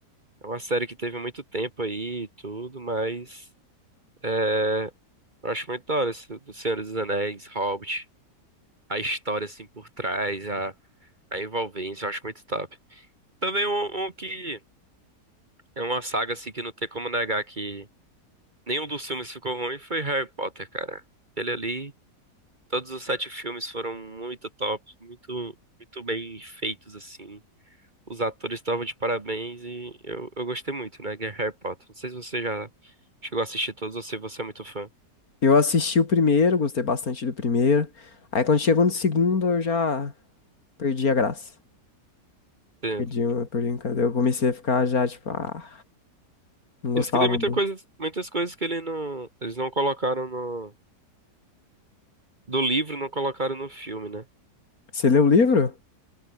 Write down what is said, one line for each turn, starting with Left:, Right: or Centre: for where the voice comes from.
Right: É uma série que teve muito tempo aí e tudo, mas. É, eu acho muito da hora esse do Senhor dos Anéis, Hobbit. A história, assim, por trás, a, a envolvência, eu acho muito top. Também um, um que É uma saga assim que não tem como negar que nenhum dos filmes ficou ruim foi Harry Potter, cara. Aquele ali, todos os sete filmes foram muito top, muito, muito bem feitos assim. Os atores estavam de parabéns e eu, eu gostei muito, né, que é Harry Potter. Não sei se você já chegou a assistir todos ou se você é muito fã.
Left: Eu assisti o primeiro, gostei bastante do primeiro. Aí quando chegou no segundo eu já perdi a graça.
Right: Entendo.
Left: Perdi, o- perdi o encanto. Eu comecei a ficar já tipo, ah, não gostava
Right: Isso que tem muita
Left: muito.
Right: coisa, muitas coisas que ele não, eles não colocaram no, do livro, não colocaram no filme, né?
Left: Você leu o livro?